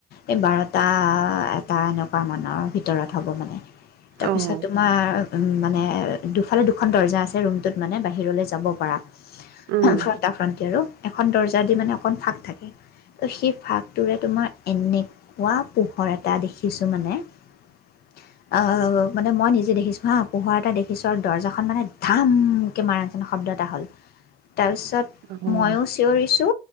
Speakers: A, on the left; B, on the right.
A: এই বাৰটা, এটা এনেকুৱা মানৰ ভিতৰত হ'ব মানে। তাৰপিছত
B: অহ
A: তোমাৰ উম, মানে দুফালে দুখন দৰ্জা আছে ৰুমটোত মানে বাহিৰলৈ যাব পাৰা।
B: উম
A: <unintelligible> <unintelligible> ফাণ্টি আৰু এখন দৰ্জা দি মানে অকণ ফাঁক থাকে তো সেই ফাকটোৰে তোমাৰ এনেকুৱা পোহৰ এটা দেখিছোঁ মানে <inaudible> আৰু মানে মই নিজে দেখিছোঁ হাঁ পোহৰ এটা দেখিছোঁ আৰু দৰ্জাখন মানে ধমকে মাৰা নিচিনা শব্দ এটা হ'ল। তাৰপিছত
B: অহ
A: মইও চিঞৰিছো